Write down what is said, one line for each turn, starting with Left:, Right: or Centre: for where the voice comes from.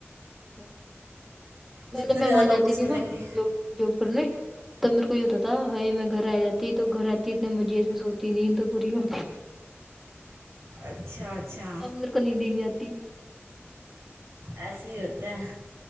Centre: ہوں
Right: جتنا
Centre: پہلے
Right: زیادہ
Centre: میں وہاں
Right: لوگوں
Centre: جاتی
Right: سے
Centre: تھی
Right: ملیں
Centre: نا
Right: گے
Centre: جاب جاب کرنے تب میرے کو یہ ہوتا تھا ہیئ میں گھر آ جات تی تو گھر آتی اتنے مزے سے سوتی نہیں تو پوری گھر
Right: اچھا اچھا
Centre: اب میرے کو نیند ہی نہیں آتی
Right: ایسے ہی ہوتا ہیں